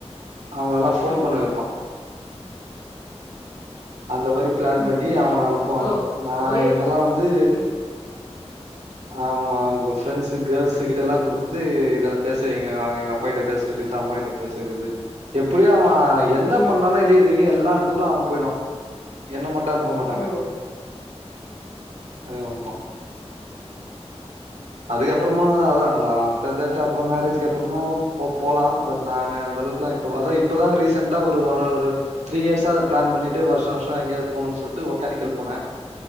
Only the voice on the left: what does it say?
ம்,
ம்,
ம்.
ஓ!
அவளே
ம்,
ம்,
ம்.
ஓ!